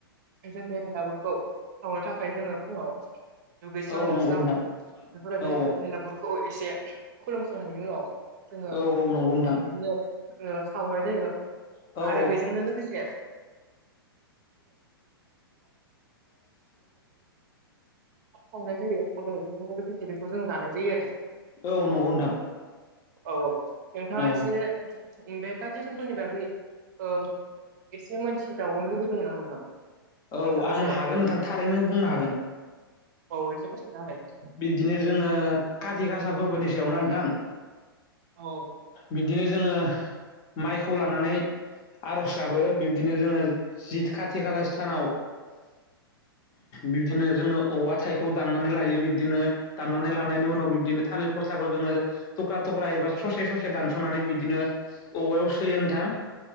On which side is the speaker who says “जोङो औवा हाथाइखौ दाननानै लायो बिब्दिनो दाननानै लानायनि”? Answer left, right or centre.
Left